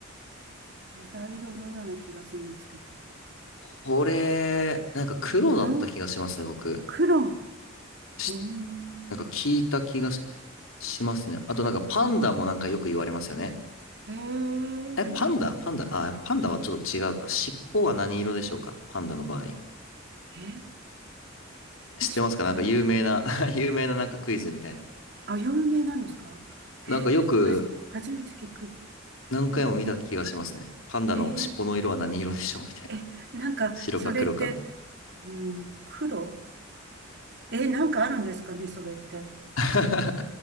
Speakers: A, on the right; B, on the left.
A: 肌色のような気がするんですけど。
B: これ、なんか黒だった気がしますね、
A: うん
B: 僕。
A: 黒。
B: し
A: うーん。
B: なんか聞いた気がし、しますね。あとなんかパンダもなんかよく言われますよね。
A: へえ。
B: え、パンダパンダあ、パンダはちょっと違うか。尻尾は何色でしょうかパンダの場合。
A: え、
B: 知ってますかなんか有名な
A: 尻尾
B: <laughs> 有名ななんかクイズみたいな。
A: あ、有名なんですかえ、
B: なんかよく
A: はじ、初めて聞く。
B: 何回も見た気がしますね。
A: え、
B: パンダの尻尾の色は何色でしょうみたいな。
A: えーえ、
B: <laughs>
A: なんか、
B: 白か黒かみたい
A: それって、うん、黒え、なんかあるんですかね、それって。
B: な。<laughs>